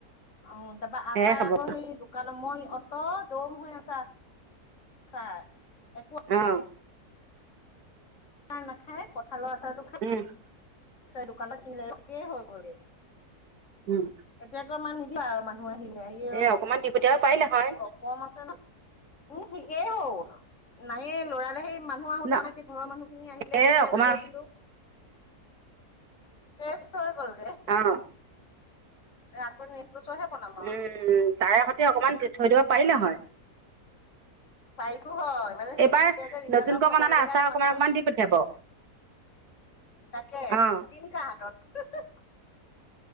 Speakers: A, on the left (about 50°); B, on the right (about 75°).
A: অ' তাৰপৰা আছাৰ
B: সেয়াই খাব
A: আকৌ
B: অ
A: সেই দোকানত মই অত' দম হৈ আছে আ আছাৰ একো
B: অ'।
A: আচাৰ নাখায় কঁঠালৰ আচাৰতো
B: উম।
A: দোকানত কিনিলে একেই হৈ গ'ল
B: উম।
A: এতিয়া অকমান নিদিবা আৰু মানুহ আহিলে। কম
B: এ অকমান দি পঠিয়াব পাৰিলে হয়
A: আছে ন মোৰ ঠিকেই হ'ল নায়েই লৰালে সেই মানুহ আহোতে
B: ন
A: আমাৰ ঘৰৰ মানুহ খিনি আহিলে
B: এ
A: তেতিয়াও
B: অকমান
A: উলিয়াই দিলো। চেছ হৈ গলকে।
B: অ'।
A: আকৌ নেক্স বছৰহে বনাম আৰু
B: উম, তাৰে সতে অকমান থৈ দিব পাৰিলে হয়।
A: পাৰিতো হয় মানে সেই
B: এইবাৰ
A: তেতিয়া যে ৰিজাল্টৰ
B: নতুনকৈ
A: খবৰ
B: বনালে
A: ল'বলৈ
B: আচাৰ
A: আহিম মানুহ
B: অকণমান অকমান দিম। পঠিয়াব।
A: তাকে
B: অ',
A: দিম কাৰ হাতত?